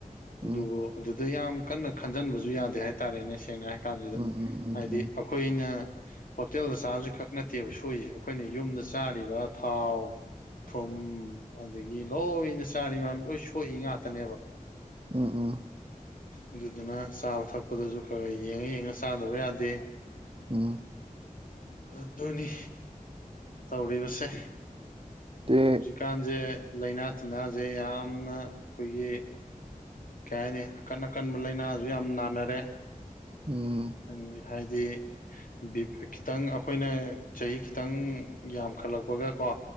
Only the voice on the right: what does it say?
ꯎꯝ
ꯎꯝ ꯎꯝ ꯎꯝ
ꯎꯝ
ꯎꯝ ꯎꯝ
ꯎꯝ
ꯇꯦꯛ
ꯎꯝ